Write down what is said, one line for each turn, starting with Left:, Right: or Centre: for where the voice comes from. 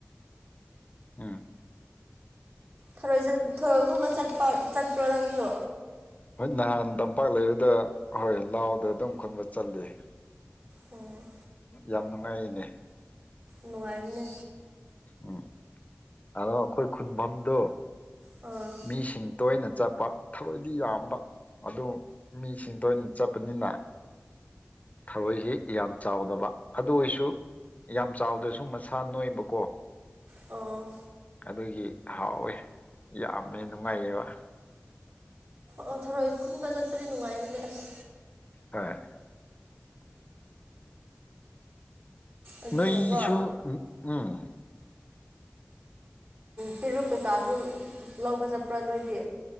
Left: ꯑꯥ
Right: ꯊꯣꯏ ꯊꯔꯣꯏꯒꯨꯝꯕ ꯆꯠꯄ ꯆꯠꯄ꯭ꯔꯣ ꯅꯪꯁꯨ
Left: ꯍꯣꯏ ꯅꯍꯥꯟ ꯇꯝꯄꯥꯛ ꯂꯩꯕꯗ ꯍꯣꯏ ꯂꯥꯎꯗ ꯑꯗꯨꯝ ꯈꯨꯟꯕ ꯆꯠꯂꯤ
Right: ꯑꯣ
Left: ꯌꯥꯝ ꯅꯨꯡꯉꯥꯏꯔꯤꯅꯦ
Right: ꯅꯨꯡꯉꯥꯏꯕꯅꯦ
Left: ꯎꯝ ꯑꯗꯣ ꯑꯩꯈꯣꯏ ꯈꯨꯟꯐꯝꯗꯣ
Right: ꯑꯣ
Left: ꯏꯁꯤꯡ ꯇꯣꯏꯅ ꯆꯠꯄ ꯊꯕꯛꯗꯤ ꯌꯥꯝꯕ ꯑꯗꯨ ꯃꯤꯁꯤꯡ ꯇꯣꯏꯅ ꯆꯠꯄꯅꯤꯅ ꯊꯔꯣꯏꯁꯤ ꯌꯥꯝ ꯆꯥꯎꯗꯕ ꯑꯗꯨ ꯑꯣꯏꯔꯁꯨ ꯗꯨ ꯌꯥꯝ ꯆꯥꯎꯗꯔꯁꯨ ꯃꯁꯥ ꯅꯣꯏꯕꯀꯣ
Right: ꯑꯣ
Left: ꯑꯗꯨꯒꯤ ꯍꯥꯎꯏ ꯌꯥꯝꯃꯦ ꯅꯨꯡꯉꯥꯏꯌꯦꯕ
Right: ꯑꯣ ꯊꯔꯣꯏ ꯈꯨꯟꯕ ꯆꯠꯄꯗꯤ ꯅꯨꯡꯉꯥꯏꯕꯅꯦ ꯑꯁ
Left: ꯍꯣꯏ
Right: ꯑꯗꯨꯒꯀꯣ
Left: ꯅꯣꯏꯁꯨ ꯎꯝ
Right: ꯇꯤꯔꯨꯛ ꯀꯩꯀꯥꯁꯨ ꯂꯧꯕ ꯆꯠꯄ꯭ꯔꯥ ꯅꯣꯏꯗꯤ